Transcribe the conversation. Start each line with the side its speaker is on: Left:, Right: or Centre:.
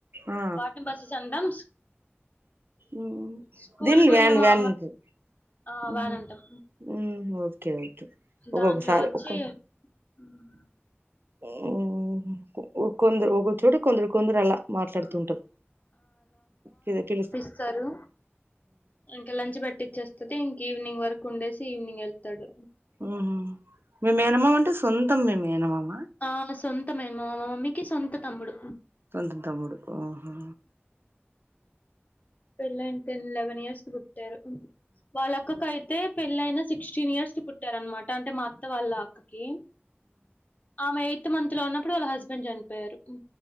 Right: ఆ
Left: వాటిని బస్సెస్ అంటాం
Right: ఉమ్
Left: స్కూల్
Right: దిల్
Left: కి
Right: వ్యాన్
Left: వెళ్ళే మా
Right: వ్యాన్ టి
Left: ఆ
Right: ఉమ్
Left: వ్యాన్ అంటాం
Right: ఉమ్ ఓకే ఓకే ఒక్కొక్కసారి
Left: దాంట్లో వొచ్చి
Right: ఒక్కో
Left: ఉమ్
Right: ఉమ్ కొందరు ఒక్కొ చోట కొందరు కొందరు అలా మాట్లాడుతుంటారు తె
Left: స్తరు ఇంకా లంచ్ పెట్టిచ్చేస్తది ఇంక ఈవినింగ్ వరకు ఉండేసి ఈవినింగ్ వెళ్తాడు
Right: ఊహు మే మేనమామ అంటే సొంతం మీ మేనమామ
Left: ఆ సొంత మేన్మమా మా మమ్మీకి సొంత తమ్ముడు
Right: సొంతం తమ్ముడు ఆహా
Left: పెళ్ళైన టెన్ లెవెన్ ఇయర్స్ కి పుట్టారు వాళ్ళక్క కైతే పెళ్ళైన సిక్స్టీన్ ఇయర్స్ కి పుట్టార అనమాట అంటే మా అత్త వాళ్ళ అక్క కి ఆమె ఎయిత్ మంత్ లో ఉన్నప్పుడు వాళ్ళ హస్బెండ్ చనిపోయారు.